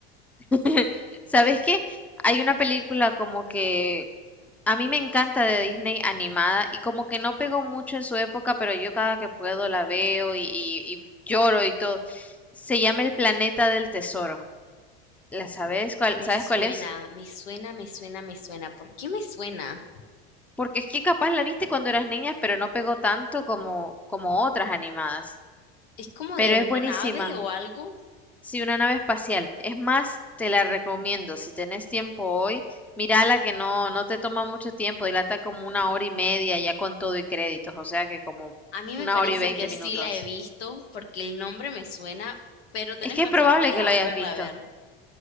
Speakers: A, in the centre; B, on the left.
A: <laughs> ¿Sabes qué? Hay una película como que a mí me encanta de Disney animada y como que no pegó mucho en su época, pero yo cada que puedo la veo y, y- y lloro y todo. Se llama El Planeta del Tesoro. ¿La sabes cuál,
B: Me
A: sabes
B: suena,
A: cuál es?
B: me suena, me suena, me suena. ¿Por qué me suena?
A: Porque es que capaz la viste cuando eras niña, pero no pegó tanto como, como otras animadas.
B: ¿Es como
A: Pero
B: de una
A: es buenísima.
B: nave o algo?
A: Sí, una nave espacial. Es más, te la recomiendo. Si tenés tiempo hoy, mírala que no, no te toma mucho tiempo. Dilata como una hora y media ya con todo y créditos. O sea que como
B: A mí
A: una
B: me parece
A: hora y veinte
B: que
A: minutos.
B: sí la he visto porque el nombre me suena, pero tenés
A: Es que
B: razón,
A: es probable
B: voy
A: que
B: a
A: lo
B: volverla
A: hayas visto.
B: a ver.